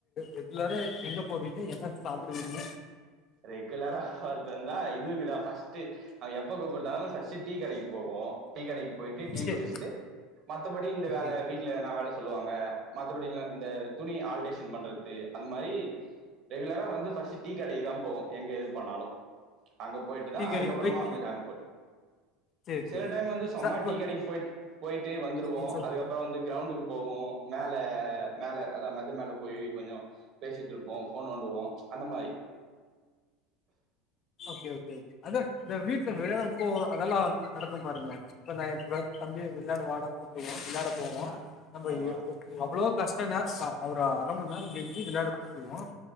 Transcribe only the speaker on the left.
ரெகுலரா எங்க போவீங்க என்னா சாப்பிடுவீங்க
சரி
ஓகே
டீ
கடைக்கு
போய்
சரி
சரி
ச இப்ப
ம் சொல்லு
ஓகே ஓகே அதா வீட்டுல விளையாட போவோ அதெல்லாம் நடக்கும் பாருங்க இப்ப நா என் தம்பி விளையாட வாடா கூப்பிடு தினம் விளாட போவோம்
நம்ம
எவ்ளோ கஷ்டம் என்னானா அவர அர மணி நேரம் கெஞ்சி விளையாட கூப்பிடுவோம்